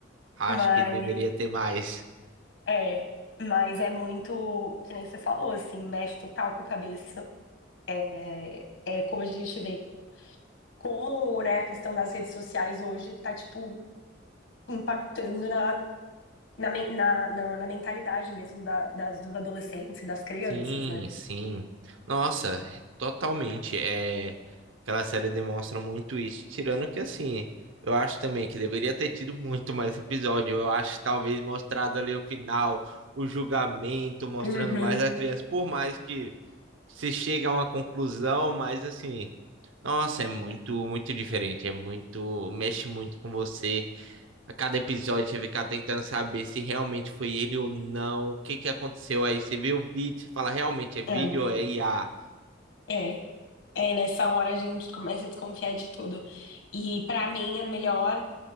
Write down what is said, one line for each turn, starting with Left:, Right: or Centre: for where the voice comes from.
Right: Acho
Left: mas
Right: que deveria ter mais.
Left: é, mas é muito, que nem você falou, assim, mexe total com a cabeça. É, é como a gente vê. como, né, a questão das redes sociais hoje tá, tipo, impactando na, na, men- na, na, na mentalidade mesmo da- das, dos adolescentes e das crianças,
Right: Sim,
Left: né?
Right: sim. Nossa, totalmente. É, aquela série demonstra muito isso. Tirando que, assim, eu acho também que deveria ter tido muito mais episódio. Eu acho que talvez mostrado ali o final, o julgamento, mostrando
Left: Uhum.
Right: mais a criança. Por mais que. se chega a uma conclusão, mas assim, nossa, é muito, muito diferente, é muito, mexe muito com você. A cada episódio você fica tentando saber se realmente foi ele ou não, o que que aconteceu aí, você vê o vídeo, você fala, realmente é vídeo
Left: É,
Right: ou é IA?
Left: é. É, nessa hora a gente começa a desconfiar de tudo. E pra mim, a melhor